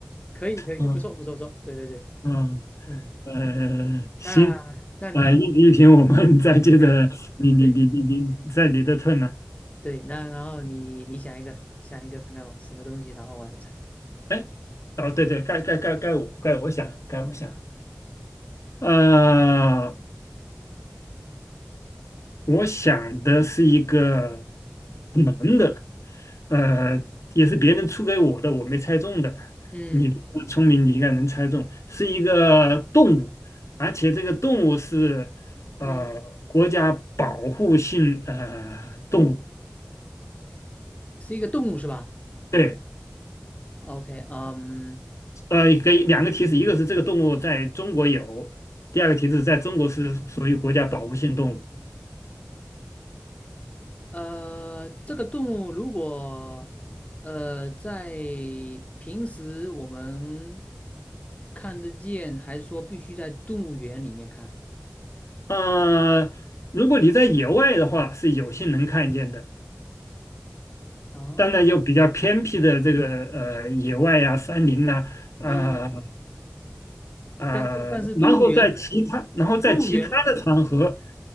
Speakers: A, on the left (about 30°); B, on the left (about 80°).
A: 可以可以，
B: <laughs> 嗯
A: 不错不错不错，对对对，
B: 嗯
A: 嗯，
B: 呃，行，
A: 那那你
B: 呃，一题一题，我们再接着，
A: 对
B: 你你你你你在你的
A: 对。
B: turn 呢、
A: 对，那然后你你想一个，想一个看看我什么东西，然后我来猜，
B: 哎，哦，对对，该该该该我该我想，该我想，呃，我想的是一个男的，呃，也是别人出给我的，我没猜中的。
A: 嗯
B: 你这个聪明，你应该能猜中，是一个动物，而且这个动物是呃国家保护性呃动物。
A: 嗯，是一个动物是吧
B: 对，
A: ？OK，嗯，
B: 呃，给两个提示，一个是这个动物在中国有，第二个提示在中国是属于国家保护性动物。
A: 呃，这个动物如果呃在平时我们看得见，还是说必须在动物园里面看？
B: 呃，如果你在野外的话，是有幸能看见的，
A: 哦，
B: 当然有比较偏僻的这个呃野外呀、山林呐、呃
A: 嗯
B: 呃，
A: 但但但是动物园，
B: 然后在其他，然后在其他的场合，
A: 动物园，